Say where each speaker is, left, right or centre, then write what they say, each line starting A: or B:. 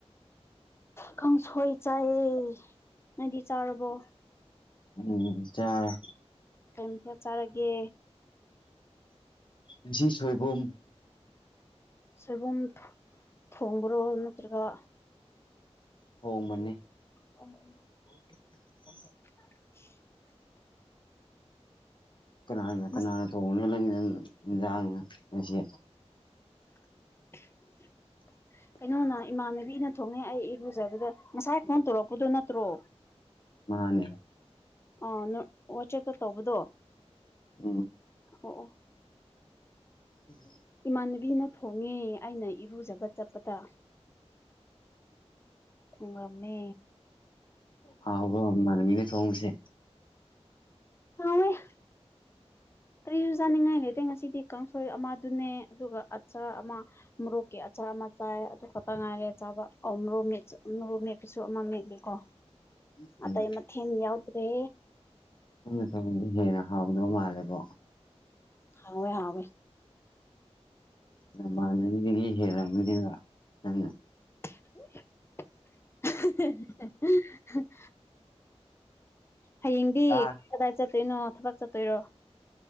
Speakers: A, on the left (about 20°); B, on the left (about 45°).
A: ꯀꯥꯡꯁꯣꯏ ꯆꯥꯏꯌꯦ ꯅꯗꯤ ꯆꯥꯔꯕꯣ
B: ꯎꯝ ꯆꯔꯦ
A: ꯀꯩ ꯃꯊꯦꯜ ꯆꯥꯔꯒꯦ
B: ꯉꯁꯤ ꯁꯣꯏꯕꯨꯝ
A: ꯁꯣꯏꯕꯨꯝ ꯊꯣꯡꯕ꯭ꯔꯣ ꯅꯠꯇ꯭ꯔꯒ
B: ꯊꯣꯡꯕꯅꯦ
A: ꯑꯣ ꯑꯣ
B: <unintelligible> ꯍ
A: <unintelligible>
B: ꯀꯅꯥ
A: ꯉꯁ
B: ꯀꯅꯥꯅ ꯇꯣꯡꯂ <unintelligible> ꯉꯁꯤ
A: <unintelligible>
B: <unintelligible>
A: ꯀꯩꯅꯣꯅ ꯏꯃꯥꯟꯅꯕꯤꯅ ꯊꯣꯡꯉꯦ ꯑꯩ ꯏꯔꯨꯖꯕꯗ ꯉꯁꯥꯏ ꯐꯣꯟ ꯇꯧꯔꯛꯄꯗꯣ ꯅꯠꯇ꯭ꯔꯣ
B: ꯃꯥꯟꯅꯦ
A: ꯑꯥ ꯅꯪ ꯋꯥꯆꯦꯞꯇ ꯇꯧꯕꯗꯣ
B: ꯎꯝ
A: ꯑꯣ ꯑꯣ
B: <unintelligible>
A: ꯏꯃꯥꯟꯅꯕꯤꯅ ꯊꯣꯡꯉꯦ ꯑꯩꯅ ꯏꯔꯨꯖꯕ ꯆꯠꯄꯗ ꯊꯣꯡꯔꯝꯃꯦ
B: ꯍꯥꯎ ꯕꯔꯣ ꯅꯃꯥꯟꯅꯕꯤꯅ ꯊꯣꯡꯕꯁꯦ
A: ꯍꯥꯎꯋꯦ ꯀꯔꯤꯁꯨ ꯆꯥꯅꯤꯡꯉꯥꯏ ꯂꯩꯇꯦ ꯉꯁꯤꯗꯤ ꯀꯥꯡꯁꯣꯏ ꯑꯃꯗꯨꯅꯦ ꯑꯗꯨꯒ ꯑꯆꯥ ꯑꯃ ꯃꯣꯔꯣꯛꯀꯤ ꯑꯆꯥ ꯑꯃ ꯆꯥꯏ ꯑꯗꯨ ꯈꯛꯇ ꯉꯥꯏꯔꯦ ꯆꯥꯕ ꯑꯎ ꯃꯣꯔꯣꯛ ꯃꯦꯠꯆ ꯃꯣꯛ ꯃꯦꯠꯄꯁꯨ ꯑꯃ ꯃꯦꯠꯂꯤꯀꯣ
B: ꯎꯝ
A: ꯑꯇꯩ ꯃꯊꯦꯟ ꯌꯥꯎꯗ꯭ꯔꯦ
B: <unintelligible> ꯇꯧꯕꯅꯤ ꯍꯦꯟꯅ ꯍꯥꯎꯗꯕꯧ ꯃꯥꯜꯂꯦꯀꯣ
A: ꯍꯥꯎꯋꯦ ꯍꯥꯎꯋꯦ
B: ꯅꯃꯟꯅꯕꯤꯗꯒꯤ ꯍꯦꯂꯝꯒꯅꯤꯕ ꯅꯪꯅ
A: <unintelligible> ꯍꯌꯦꯡꯗꯤ
B: ꯇꯥ
A: ꯀꯗꯥꯏ ꯀꯗꯥꯏ ꯆꯠꯇꯣꯏꯅꯣ ꯊꯕꯛ ꯆꯠꯇꯣꯏꯔꯣ